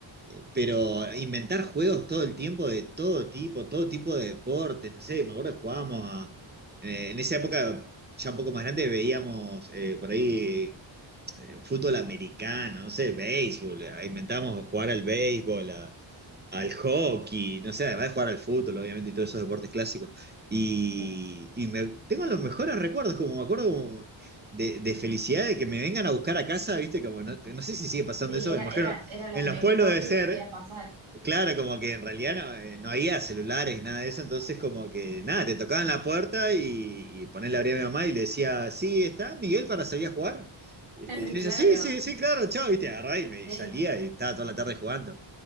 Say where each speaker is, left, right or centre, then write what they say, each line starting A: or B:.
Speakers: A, on the right (about 20°); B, on the right (about 85°).
A: Eh, Pero inventar juegos todo el tiempo de todo tipo, todo tipo de deportes, no sé, me acuerdo que jugábamos a, eh, en esa época ya un poco más grande veíamos eh, por ahí eh, fútbol americano, no sé, béisbol, eh, inventábamos jugar al béisbol, a- al hockey, no sé, además de jugar al fútbol, obviamente, y todos esos deportes clásicos. Y,
B: Sí.
A: y me, tengo los mejores recuerdos, como me acuerdo como de, de felicidad de que me vengan a buscar a casa, viste, como no, no sé si sigue pasando
B: Sí,
A: eso,
B: era,
A: me imagino,
B: era, era lo
A: en
B: mejor
A: los pueblos debe
B: que
A: ser,
B: te podía pasar.
A: claro, como que en realidad no, eh, no había celulares, nada de eso, entonces como que nada, te tocaban la puerta y, y ponerle abría a mi mamá y le decía, sí, está Miguel para salir a jugar. Este,
B: <laughs>
A: y yo
B: Claro,
A: decía, sí, sí, sí, claro, chao, viste, agarraba y me y
B: sí.
A: salía y estaba toda la tarde jugando.